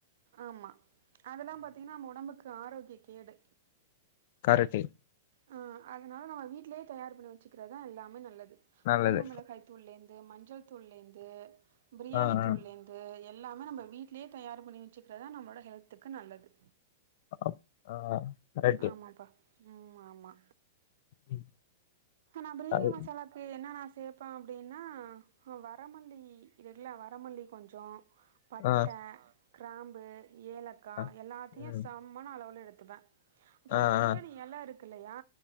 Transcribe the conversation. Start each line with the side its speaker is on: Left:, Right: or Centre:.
Right: ஆமா அதெல்லா பாத்தீங்கனா ஒடம்புக்கு ஆரோக்கிய கேடு
Left: கரெட்டு
Right: ஆ அதனால நம்ம வீட்லயே தயார் பண்ணி வச்சுக்கிறதா எல்லாமே நல்லது
Left: நல்லது.
Right: குழம்பு மிளகாய்த்தூள் லேந் து மஞ்சள் தூள்ளேந்து பிரியாணி
Left: ஆ ஆ.
Right: துள்ளேந்து எ எல்லாமே நம்ப வீட்லேயே தயார் பண்ணி வச்சுக்கிறதா நம்மோட ஹெல்த்துக்கு நல்லது
Left: அப் ஆ கரெக்ட்டு.
Right: ஆமாப்பா ம் ஆமா
Left: <inaudible>
Right: ஆனா பிரியாணி
Left: அது
Right: மசாலாக்கு என்னானா சேப்பே அப்டின்னா வரமல்லி இருக்குலா வரமல்லி கொஞ்சோ பட்டே
Left: ஆ
Right: கிராம்பு ஏலக்கா
Left: ஆ.
Right: எல்லாத்தியு
Left: ம்.
Right: சம்மன அளவுல எடுத் துப்பே அப்புறோ
Left: ஆ
Right: அந்த பிரியாணி
Left: ஆ.
Right: எல இருக் யா